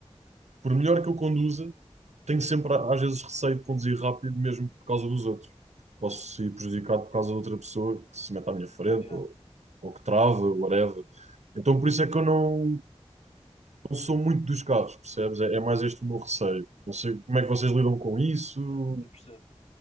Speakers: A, on the right; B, on the left.
A: por melhor que eu conduza, tenho sempre, às vezes, receio de conduzir rápido, mesmo por causa dos outros. Posso ser prejudicado por causa de outra pessoa que se mete à minha frente,
B: yeah.
A: ou, ou que trava, whatever. Então, por isso é que eu não, não sou muito dos carros, percebes? É, é mais este o meu receio. Não sei como é que vocês lidam com isso,
B: Yeah, eu percebo.